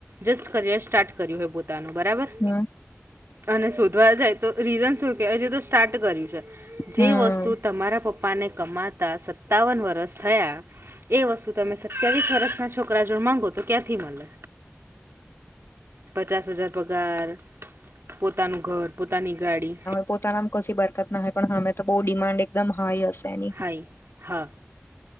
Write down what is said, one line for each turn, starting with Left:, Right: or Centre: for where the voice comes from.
Right: જસ્ટ કરિયર સ્ટાર્ટ કર્યુ હોય, પોતાનું બરાબર
Left: હમ્મ
Right: અને શોધવા જાય, તો રીઝન શુ કે હજ તો સ્ટાર્ટ કર્યું છે. જે
Left: હમ
Right: વસ્તુ તમારા પપ્પાને કમાતા સત્તાવન વર્ષ થયા. એ વસ્તુ તમે સત્યાવીસ વર્ષના છોકરા જો માંગો તો ક્યાંથી મળે પચાસ હજાર પગાર, પોતાનું ઘર, પોતાની ગાડી.
Left: પોતાનામાં કોશી બરકત ના હોય પણ, અમે તો બહુ ડિમાન્ડ એકદમ હાઈ હશે એની
Right: હા